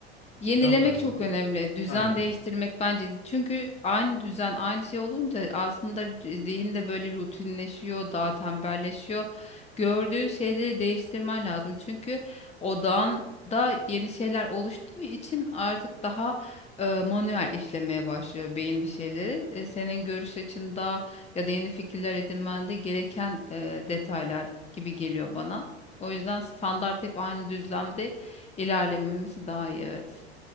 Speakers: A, on the left; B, on the left.
A: Yenilemek
B: Ne yaparsan.
A: çok önemli. Düzen
B: Aynen.
A: değiştirmek bence. Çünkü aynı düzen, aynı şey olunca aslında zihin de böyle rutinleşiyor, daha tembelleşiyor. Gördüğün şeyleri değiştirmen lazım. Çünkü odağın da yeni şeyler oluştuğu için artık daha e, manuel işlemeye başlıyor beyin bir şeyleri. E, senin görüş açında ya da yeni fikirler edinmende gereken e, detaylar gibi geliyor bana. O yüzden standart hep aynı düzlemde ilerlememiz daha iyi evet.